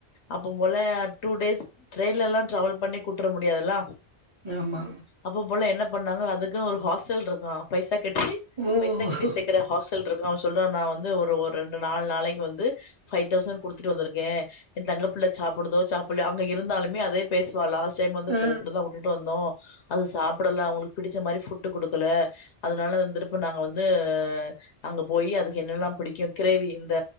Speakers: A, on the left; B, on the right.
A: அப்ப போல டூ டேஸ் ட்ரெயின்லயெல்லாம் ட்ராவல் பண்ணி கூட்டுட்டு முடியாததுல்ல
B: ஆமா
A: அப்ப போல என்ன பண்ணாங்க அதுக்கு ஒரு ஹாஸ்டல் இருக்காம் பைசா கட்டி
B: ஓ
A: பைசா கட்டி சேக்குற ஹாஸ்டல்றது சொல்ற நான் வந்து ஒரு ரண்டு நா நாளைக்கு வந்து பை தௌசண்ட் கொடுத்து வந்திருக்கேன் தங்கபுள்ள சாப்பிடுதோ சாப்பிடலயோஅங்க இருந்தாலுமே அதே பேச லாஸ்ட் டைம் வந்து
B: ஆ
A: போகும் போது அது சாப்பிடல அவங்களுக்கு பிடிச்ச மாதிரிபுட் குடுக்கல அதனாலந்தப்ப நாங்க வந்து அங்க போய் அதுக்கு என்னல்லாம் பிடிக்கும் கிரேவி இந்த